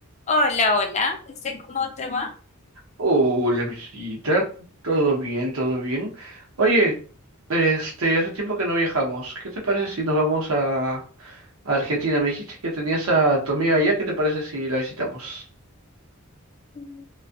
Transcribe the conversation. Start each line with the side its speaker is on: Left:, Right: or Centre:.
Left: Hola, hola, este, ¿cómo te va?
Right: Hola, visita. Todo bien, todo bien. Oye, este, hace tiempo que no viajamos. ¿Qué te parece si nos vamos a, a Argentina? Me dijiste que tenías a tu amiga allá. ¿Qué te parece si la visitamos?
Left: Mm.